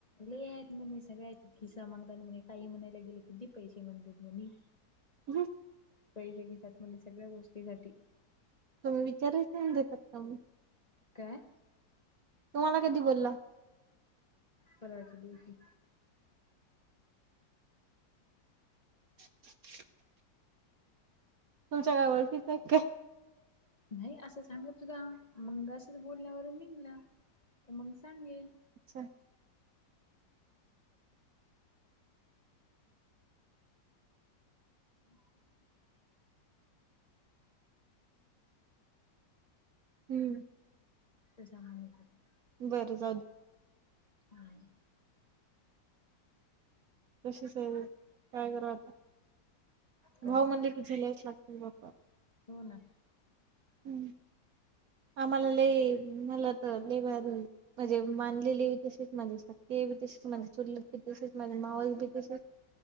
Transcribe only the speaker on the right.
<unintelligible>
तुम्ही विचारायच नाही ना देतात का म्हणून.
तुम्हाला कधी बोलला?
<inaudible> तुमच्या काय वळखीचाये काय?
अच्छा!
हं.
बरं जाऊदे.
तसेच आहेत सगळे. काय करावं आता.
भाऊ म्हणलं की झेलावचं लागते बाप्पा.
हं. आम्हाला लई, मला तर लई भारी माझे मानलेले बी तसेच, माझे सख्खे बी तसेच, माझे चुलत बी तसेच, माझे मावस बी तसेच.